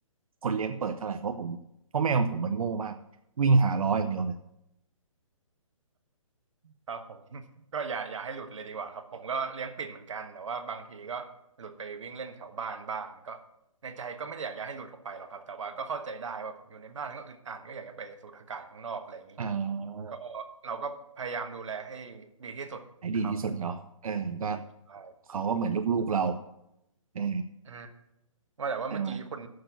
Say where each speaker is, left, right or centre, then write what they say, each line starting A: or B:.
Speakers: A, on the right (about 80°); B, on the right (about 60°).
A: คนเลี้ยงเปิดเท่าไหร่เพราะผมเพราะแมวผมมันโง่มากวิ่งหาล้ออย่างเดียวเลย
B: ครับผม <laughs> ก็อย่าอย่าให้หลุดเลยดีกว่าครับผมก็เลี้ยงปิ่นเหมือนกันแต่ว่าบางทีก็หลุดไปวิ่งเล่นแถวบ้านบ้างก็ในใจก็ไม่ได้อยากจะให้หลุดออกไปหรอกครับแต่ว่าก็เข้าใจได้ว่าอยู่ในบ้านก็อึดอัดก็อยากจะไปสูดอากาศข้างนอกอะไรอย่างนี้
A: อ่า
B: ก็เราก็พยายามดูแลให้ดีที่สุดครับผม
A: ไหนดีที่สุดเนาะเออก็
B: ใช่
A: เขาก็เหมือนลูกๆเราเออ
B: อืม ว่าแต่ว่าเมื่อกี้คุณ
A: ใช่ไหม